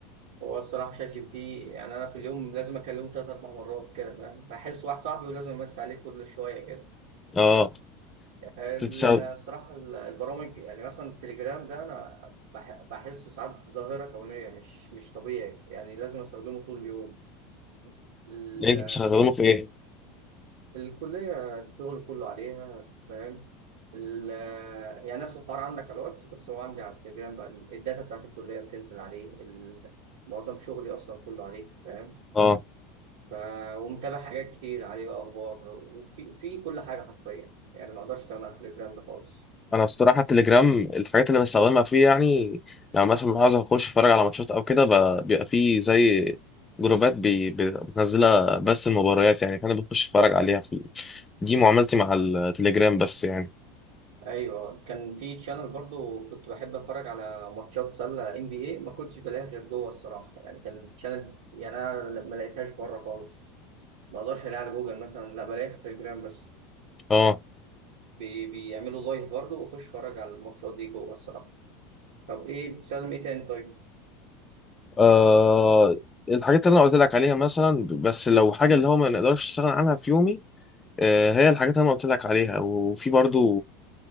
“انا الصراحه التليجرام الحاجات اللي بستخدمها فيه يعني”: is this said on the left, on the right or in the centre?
Left